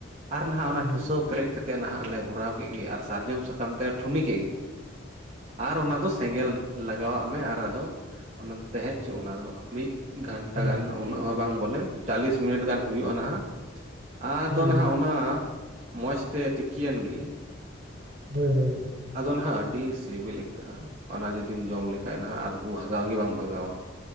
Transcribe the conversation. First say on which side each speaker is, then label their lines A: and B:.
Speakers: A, on the right; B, on the right.
A: ᱟᱨ ᱱᱟᱦᱟᱜ ᱚᱱᱟ ᱴᱷᱩᱥᱟᱹᱣ
B: ᱦᱩᱸ
A: ᱯᱮᱨᱮᱜ ᱠᱟᱛᱮᱜ ᱱᱟᱦᱟᱜ ᱞᱮ ᱵᱷᱚᱨᱟᱣ ᱠᱮᱜ ᱜᱮ, ᱟᱨ ᱥᱟᱨᱡᱚᱢ ᱥᱟᱠᱟᱢ ᱛᱮ ᱴᱷᱩᱱᱤ ᱠᱮᱭ ᱟᱨ ᱚᱱᱟ ᱫᱚ ᱥᱮᱸᱜᱮᱞ ᱞᱟᱜᱟᱣᱟᱜ ᱢᱮ ᱟᱨ ᱟᱫᱚ, ᱚᱱᱟ ᱫᱚ ᱛᱮᱦᱮᱜ ᱦᱚᱪᱚᱜ ᱚᱱᱟ ᱫᱚ ᱢᱤᱜ ᱜᱷᱟᱱᱴᱟ
B: ᱦᱩᱸ
A: ᱜᱟᱱ ᱩᱱᱟᱹᱜ ᱦᱚᱸ ᱵᱟᱝ ᱵᱚᱞᱮ ᱪᱟᱞᱤᱥ ᱢᱤᱱᱤᱴ ᱜᱟᱱ ᱦᱩᱭᱩᱜᱼᱟ ᱱᱷᱟᱦᱟᱜ ᱟᱻᱫᱚ
B: ᱦᱩᱸ
A: ᱱᱷᱟᱦᱟᱜ
B: ᱦᱩᱸ
A: ᱚᱱᱟᱻ ᱢᱚᱸᱡᱽ ᱛᱮ ᱛᱤᱠᱤᱭᱮᱱ ᱜᱤ
B: ᱦᱳᱭ ᱦᱳᱭ ᱦᱳᱭ
A: ᱟᱫᱚ ᱱᱷᱟᱜ ᱟᱹᱰᱰᱤ ᱥᱤᱵᱤᱞ ᱟᱹᱭᱠᱟᱹᱜᱼᱟ ᱚᱱᱟ ᱡᱩᱫᱤᱢ ᱡᱚᱢ ᱞᱮᱠᱷᱟᱡ ᱱᱷᱟᱜ ᱟᱨ ᱦᱩᱸ ᱵᱷᱟᱜᱟᱣ ᱜᱮ ᱵᱟᱝ ᱵᱷᱟᱜᱟᱣᱟ